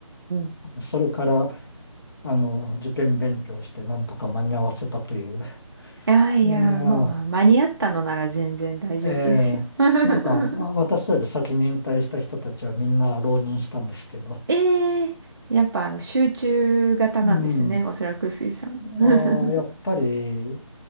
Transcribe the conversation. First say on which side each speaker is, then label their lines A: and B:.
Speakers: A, on the right; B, on the left.
A: ー。
B: それから、あの、受験勉強してなんとか間に合わせたという、
A: いやいや、
B: ええ
A: もう間に合ったのなら全然大丈夫ですよ。
B: ええなんか、
A: <laughs>
B: あ私より先に引退した人たちはみんな浪人したんですけど、
A: ええやっぱあの集中型なんですね。
B: <laughs> うん。
A: おそらく水さん。
B: あやっぱり、
A: <laughs>